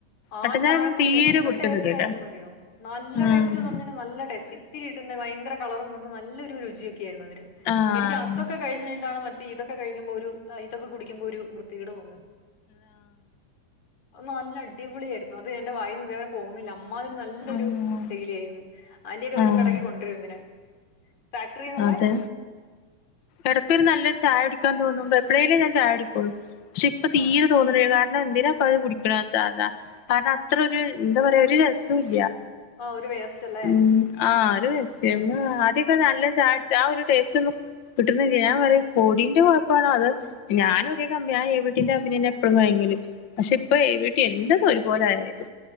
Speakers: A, on the left; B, on the left.
A: ആ
B: കട്ടൻ ചായ
A: ചായപ്പൊടി
B: ഒന്നും തീരെ
A: എന്ത്
B: കുടിക്കാൻ
A: ടേസ്റ്റ്
B: തോന്നൂല
A: ആയിരുന്നുന്ന്റിയോ നല്ല
B: ആഹ്
A: ടേസ്റ്റ്ന്ന് പറഞ്ഞ നല്ല ടേസ്റ്റ് ഇത്തിരി ഇട്ട്ന്നെ ഭയങ്കര കളറും വന്നു നല്ലൊരു രുചിയൊക്കെ ആയിരുന്നു അതിന്
B: ആഹ്
A: എനിക്ക് അതൊക്കെ കഴിച്ച് കഴിഞ്ഞട്ടാണ് മറ്റേ ഇതൊക്കെ കഴിക്കുമ്പോ ഒരു ഇതൊക്കെ കുടിക്ക്പോ ഒരു വൃത്തികേട് തോന്നുന്നേ നല്ല അടിപൊളിയായിരുന്നു അത് എന്റെ വായിൽ നിന്ന് ഇതേവരെ പോകുന്നില്ല അമ്മാതിരി നല്ലൊരു
B: ആഹ്
A: തേയിലയായിരുന്നു ആന്റിയൊക്കെ വരുമ്പ
B: ആഹ്
A: എടക്ക് കൊണ്ടുവരും ഇങ്ങനെ ഫാക്ടറിന്നുള്ളേ
B: അതെ എടക്കൊരു നല്ലൊരു ചായുടിക്കാൻ തോന്നുമ്പോ എപ്പഴേലേ ഞാൻ ചായുടിക്കുള്ളു പക്ഷെ ഇപ്പ തീരെ
A: ആഹ്
B: തോന്നണില്ല കാരണം എന്തിനാപ്പൊ അത് കുടിക്കണാ <unintelligible> കാരണം അത്ര ഒരു എന്താ പറയാ ഒരു രസം ഇല്ല്യ
A: ആഹ് ഒരു വേസ്റ്റ് അല്ലേ?
B: ഉം ആഹ് ഒരു <unintelligible> ആദ്യൊക്കെ നല്ല ചായുടിച്ച ആ ഒരു ടേസ്റ്റ് ഒന്നും കിട്ടുന്നില്ല്യ ഞാൻ പറയും പൊടിന്റെ കുഴപ്പണോ അത് ഞാന് ഒരേ കമ്പി ആ എ വീട്ടിന്റെ കമ്പിനിന്ന എപ്പളും വാങ്ങില് പക്ഷെ ഇപ്പൊ എ വീ റ്റി എല്ലാതും ഒരുപോലെ ആയാത്